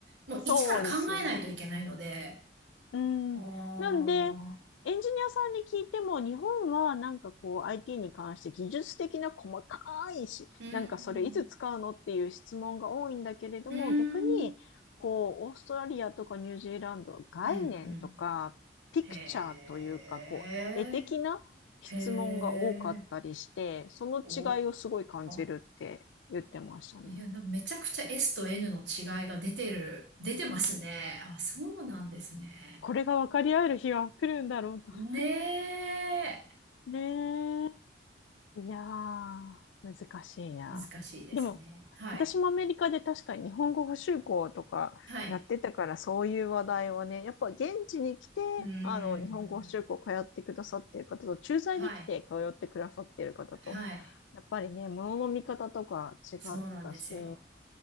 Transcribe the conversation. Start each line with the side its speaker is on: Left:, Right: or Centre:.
Right: う、もう一から考えないといけないので。
Left: そうですよね。うん。
Right: ああ、
Left: なんで、エンジニアさんに聞いても、日本はなんかこう IT に関して技術的な細かいし、
Right: うん。
Left: なんかそれいつ使うのっていう質問が多いんだけれども、
Right: うん。
Left: 逆にこうオーストラリアとかニュージーランドは概念とかピクチャーというか、
Right: うん、うん。へえ、
Left: こう絵的な質問が多かったりして、
Right: へえ、
Left: その違いをすごい感じるって言ってましたね。
Right: おー。いや、なんかめちゃくちゃ S と N の違いが出てる、出てますね。あ、そうなんですね。
Left: これが分かり合える日は来るんだろうか。
Right: ねえ、
Left: <laughs> ねえ。いやー、難しいな。
Right: 難しいですね。
Left: でも、
Right: はい、
Left: 私もアメリカで確かに日本語補習校とかやってたから、
Right: はい、
Left: そういう話題はね、やっぱ現地に来て、
Right: うー
Left: あの、
Right: ん、
Left: 日本語補習校通ってくださってる方と、駐在で来て通ってくださってる方と、
Right: はい、はい、
Left: やっぱりね、ものの見方とか違ってたし、
Right: そうなんですよ。